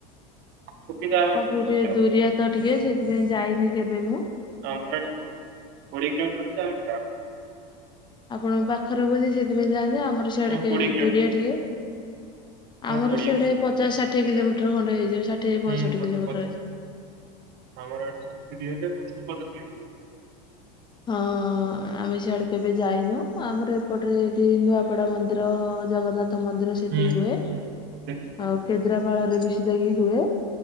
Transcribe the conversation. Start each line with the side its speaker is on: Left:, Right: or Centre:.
Left: ଆଉ
Right: ସୁକିନ୍ଦା
Left: ଆମ
Right: ଆମେ
Left: ପାଖକୁ
Right: ସବୁ ବର୍ଷ
Left: ଟିକେ
Right: ଯାଉ
Left: ଦୁରିଆତ ଟିକେ ସେଇଥିପାଇଁ ଯାଇନି କେବେ ମୁଁ।
Right: ଆମର ଏଇଟା କୋଡିଏ କିଲୋମିଟର ଯାଉନୁ ଆଉ।
Left: ଆପଣଙ୍କ ପାଖରେ ବଧେ ସେଥିପାଇଁ ଯାଆନ୍ତି ଆମର ସିଆଡେ
Right: ହଁ
Left: ଟିକେ
Right: କୋଡ଼ିଏ କିଲୋମିଟର
Left: ଦୁରିଆ ଟିକେ। ଆମର
Right: କୋଡ଼ିଏ
Left: ସିଆଡ଼େ
Right: କିଲୋମିଟର
Left: ପଚାଶ
Right: ହଉଛି।
Left: ଷାଠିଏ କିଲୋମିଟର ଖଣ୍ଡେ ହେଇଯିବ ଷାଠିଏ
Right: ହୁଁ
Left: ପଞ୍ଚଷଠି କିଲୋମିଟର
Right: ପଚାଶ
Left: ହେଇଯିବ।
Right: ଆମର ଏଠି ସତୁରି ହେଲେ ପଚାଷ୍ଟୋରୀ କିଲୋମିଟର ହେବ।
Left: ହଁ। ଆମେ ସିଆଡେ କେବେ ଯାଇନୁ ଆମର ଏପଟରେ ଏଠି ନୂଆପଡା ମନ୍ଦିର ର ଜଗନ୍ନାଥ ମନ୍ଦିର। ସେଠି
Right: ହୁଁ
Left: ହୁଏ,
Right: ହୁଁ ଦେଖିଛି ଦେଖିଛି
Left: ଆଉ କେଦ୍ରାପାଳରେ
Right: ଦେଖିଛି।
Left: ବି ସେଟା କିି ହୁଏ,